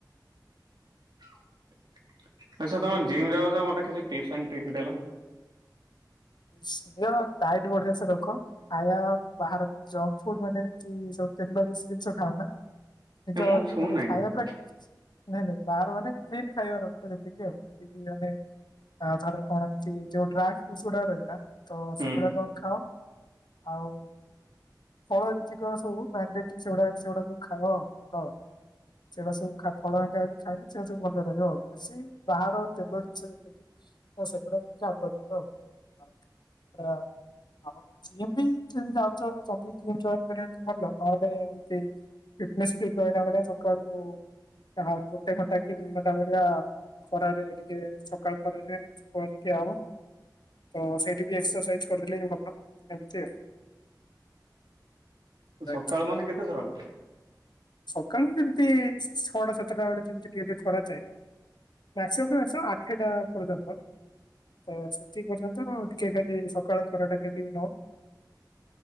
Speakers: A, on the right; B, on the left.
A: ଆଛା, ତମେ ଜିମ୍ ଯାଉଛ, ମତେ କିଛି ଟିପ୍ସ ଏଣ୍ଡ ଟ୍ରିକ୍ ଦେଲ।
B: ସ୍ ଡାଏଟ୍ ବଢିଆ ସେ ରଖ। ଖାଇବା ବାହାର ଜଙ୍କ୍ ଫୁଡ୍ ମାନେ ଏମତି ସବୁ ତେଲ ବା କିସି ଜିନିଷ ଖାଅ ନା?
A: ଏ
B: ଯ,
A: ମୁଁ ଛୁଁ
B: ମାନେ
A: ନାହିଁ
B: ଖାଇବା
A: ତାକୁ
B: ପୁରା, ନାଇଁ ନାଇଁ ବାହାର ମାନେ <unintelligible> ଖାଇବା ରଖ ଯେତିକି ଆଉ, ଯେତିକି ମାନେ ଧର କଣ ଏମିତି, ମାନେ ଡ୍ରାଏ ଫ୍ରୁଟସ୍ ଗୁଡ଼ା ରହିଲା। ତ ସେଗୁଡାକ
A: ହୁଁ
B: ଖାଅ। ଆଉ ଫଳ ଯେତିକ ସବୁ ମାଣ୍ଡାଟ୍ରି, ସେଗୁଡା ସେଗୁଡାକ ସବୁ ଖାଅ। ଭଲ। ସେଟା ସବୁ ଖା ଫଳ ଆଣିକି ଖାଇ ଖାଇଲେ। ସେଟା ସବୁ ଭଲ ରହିବ ଆଉ। ବେଶୀ ବାହାର ତେଲ ଜିନିଷ ଯେତିକି ସେଗୁରାକ ଟିକେ ଆଭୋଏଡ଼ କର ଆଉ। ପୁରା ଆଉ, ଜିମ୍ ବି ଯି-ଯାଉଛ, ଯଦି ଜିମ୍ ଯଏନ କରିବ ଯଦି ଭଲ। ନହେଲେ ଏମତି ଫିଟନେସ୍ ଫିଟ୍ ରହିଲାଭଳିଆ ସକାଳୁ-ଉ ହା, ଗୋଟେ ଘଣ୍ଟା କି ଦୁଇ ଘଣ୍ଟା ଭଳିଆ ଖରାରେ ଟିକେ, ସକାଳ ଖରାରେ ଠିଆ ହବ। <inaudible> ତ, ସେଇଠି ବି ଏକ୍ସରସାଇଜ କରିଦେଲି ଭଲ। ଏମତି ଆଉ। ବାକି
A: ସକାଳ ମାନେ, କେତେ ସକାଳୁ?
B: ସକାଳୁ ଯେମିତି ଛଅଟା ସାତଟା ଆଳେ, ଯେମିତି ଟିଏ ଟିଏ ଖରା ଥାଏ। ମାକ୍ସିମମ୍ ଟୁ ମାକ୍ସିମମ୍ ଆଠ ଟା ପର୍ଯ୍ୟନ୍ତ ତ ସେତିକ ପର୍ଯ୍ୟନ୍ତ-ଅ, ଟିକେ ଖାଲି ସକାଳ ଖରା ଟା ଖାଲି ନଉ।